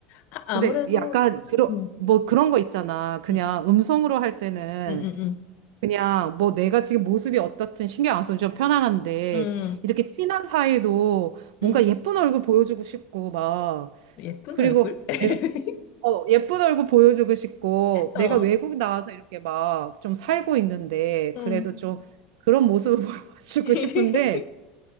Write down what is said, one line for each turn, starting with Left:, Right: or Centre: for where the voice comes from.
Left: 아,
Right: 근데
Left: 아무래도,
Right: 약간 그런
Left: 음,
Right: 뭐 그런 거 있잖아. 그냥
Left: 음,
Right: 음성으로 할 때는
Left: 음, 음,
Right: 그냥 뭐 내가 지금 모습이 어떻든 신경 안 써도 좀 편안한데
Left: 음, 음,
Right: 이렇게 친한 사이도 뭔가
Left: 음.
Right: 예쁜 얼굴 보여주고 싶고 막
Left: 예쁜
Right: 그리고
Left: 얼굴? <laughs>
Right: 내가 어 예쁜 얼굴 보여주고 싶고
Left: 어,
Right: 내가 외국 나와서 이렇게 막 좀 살고 있는데
Left: 음.
Right: 그래도 좀 그런 모습을 <laughs> 보여주고
Left: <laughs>
Right: 싶은데